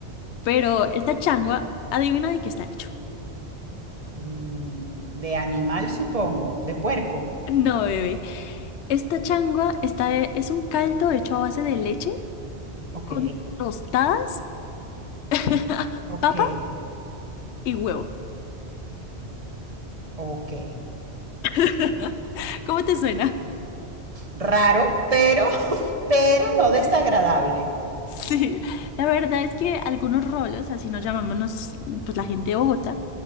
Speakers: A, on the left (about 75°); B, on the right (about 35°).
A: Pero esta changua, adivina de qué está hecho. <laughs>
B: Mm, De animal, supongo. De puerco.
A: No, bebé. Esta changua está, e- es un caldo hecho a base de leche
B: Ok,
A: con tostadas, <laughs>
B: ok,
A: papa y huevo.
B: ok.
A: <laughs> ¿Cómo te suena?
B: Raro, pero, pero no desagradable.
A: Sí, la verdad es que algunos rolos, así nos llamamos pues la gente de Bogotá,